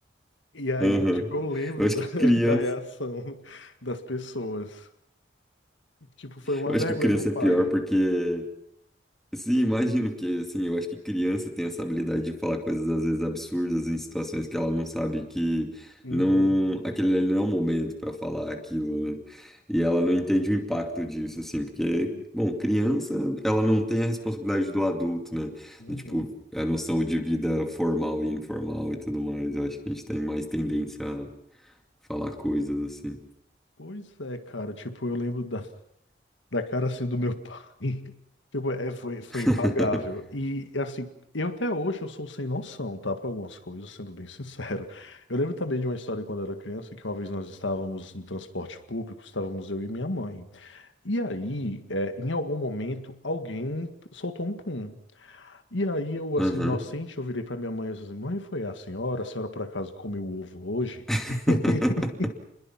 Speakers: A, on the left (about 85°); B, in the centre.
A: E aí
B: aham.
A: eu, tipo, eu lembro
B: Eu acho
A: da,
B: que
A: <laughs>
B: criança,
A: da reação das pessoas. Tipo, foi uma
B: eu
A: vergonha,
B: acho que criança
A: meu pai.
B: é pior porque Sim, imagino, porque assim, eu acho que criança tem essa habilidade de falar coisas às vezes absurdas em situações que ela não sabe que
A: Uhum.
B: não, aquele ali não é o momento para falar aquilo, né? E ela não entende o impacto disso, assim, porque,
A: Uhum.
B: bom, criança, ela não tem a responsabilidade do adulto, né?
A: Uhum.
B: Do, tipo, a noção de vida formal e informal e tudo mais. Eu acho que a gente tem mais tendência a falar coisas assim.
A: Pois é, cara, tipo, eu lembro da, da cara assim do meu pai. <laughs> Tipo, é, foi, foi
B: <laughs>
A: impagável. E assim, eu até hoje eu sou sem noção, tá? Para algumas coisas, sendo bem sincero. Eu lembro também de uma história quando eu era criança, que uma vez nós estávamos no transporte público, estávamos eu e minha mãe. E aí, é, em algum momento, alguém soltou um pum. E aí eu, assim,
B: Aham.
A: inocente, eu virei pra minha mãe e disse assim, mãe, foi a senhora? A senhora por acaso comeu ovo hoje?
B: <laughs>
A: <laughs>